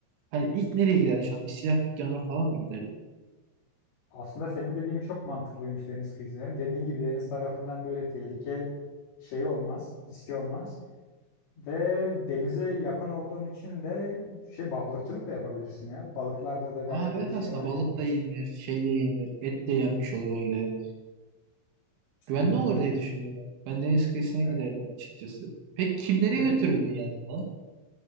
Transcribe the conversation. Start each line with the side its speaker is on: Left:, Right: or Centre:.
Right: Hani ilk nereye giderdim şu anda? Bir silah dükkanına falan mı giderdim?
Left: Aslında senin dediğin çok mantıklıymış deniz kıyısı. Hem dediğin gibi deniz tarafından böyle tehlike şeyi olmaz, riski olmaz. Ve denize yakın olduğun için de şey balıkçılık da yapabilirsin ya. Balıklarda da gayet
Right: Aa evet
Left: böyle şey
Right: aslında
Left: var
Right: balık
Left: yani.
Right: da yenilir, şey de yenilir, et de yenmiş olur öyle. Güvenli
Left: Aynen
Right: olur
Left: öyle.
Right: diye düşünüyorum. Ben deniz kıyısına giderdim
Left: Ve,
Right: açıkçası. Peki kimleri
Left: de,
Right: götürürdün yanında?